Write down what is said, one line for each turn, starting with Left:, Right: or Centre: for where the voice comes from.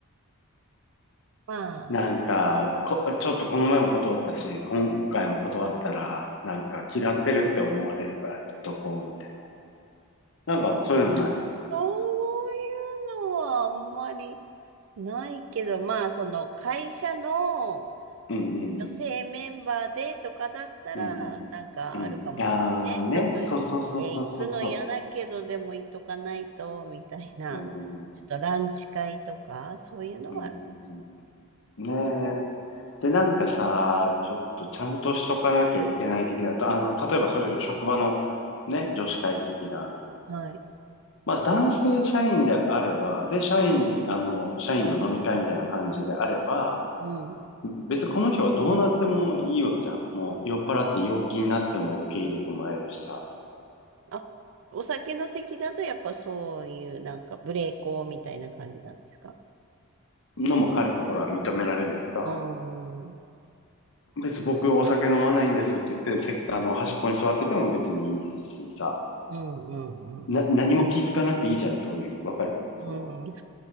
Right: まあ、
Left: なんか、こ、ちょっとこの前も断ったし、今回も断ったら、なんか嫌ってるって思われるから行っとこうみたいな。なんかそういうのない。
Right: そういうのはあんまりないけど、まあ、その会社の
Left: うんうん。
Right: 女性メンバーでとかだったら、
Left: うんうん。
Right: なんかあるかもですね。
Left: うん。ああね。
Right: ちょっと、えー行くの嫌だけど、
Left: そうそうそうそうそうそ
Right: でも行っとかないと、みたいな、
Left: う。うんうん。
Right: ちょっとランチ会とか、そういうのはあるかもし
Left: うんうんうん。ねで、なんかさ、ちょっとちゃんとしとかなきゃいけない的な、とあの、例えばそういう職場のね、女子会的な、
Right: れない。はい。
Left: まあ男性社員であれば、で、社員、あの、社員の飲み会みたいな感じであれば、
Right: うん。
Left: 別にこの人はどうなってもいいわけじゃん。もう酔っ払って陽気になっても受け入れてもらえるしさ、
Right: あ、お酒の席だと、やっぱそういう、なんか、無礼講みたいな感じなんですか
Left: のも軽くほら認められるしさ、
Right: うん。うん、
Left: 別に僕お酒飲まないんですって言って、せあの、端っこに座ってても別にいいしさ、
Right: うん、うん。
Left: な、何も気ぃつかなくていいじゃん、そういう、わかるその、
Right: うん。